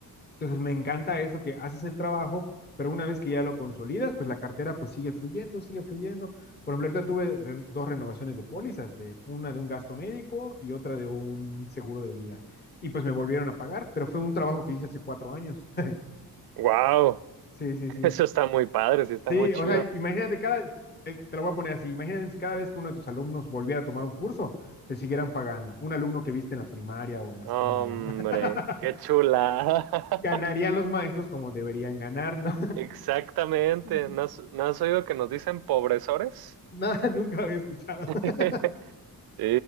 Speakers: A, on the left; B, on the right.
A: Entonces me encanta eso, que haces el trabajo, pero una vez que ya lo consolidas, pues la cartera pues sigue fluyendo, sigue fluyendo. Por ejemplo, ahorita tuve re- dos renovaciones de pólizas, de una de un gasto médico y otra de un seguro de vida. Y pues me volvieron a pagar, pero fue un trabajo que hice hace cuatro años. <laughs>
B: Wow,
A: Sí, sí,
B: <laughs>
A: sí.
B: eso está muy padre, sí está
A: Sí,
B: muy chido.
A: o sea, imagínate cada, eh, te lo voy a poner así, imagínate si cada vez que uno de tus alumnos volviera a tomar un curso, te siguieran pagando, un alumno que viste en la primaria o en la
B: Hombre,
A: secundaria, ¿no? <laughs>
B: qué chulada. <laughs>
A: Ganarían los maestros como deberían ganar, ¿no?
B: Exactamente,
A: <laughs>
B: ¿no has, no has oído que nos dicen pobresores?
A: Nada, <laughs> nunca lo había escuchado.
B: <laughs>
A: <laughs>
B: Sí,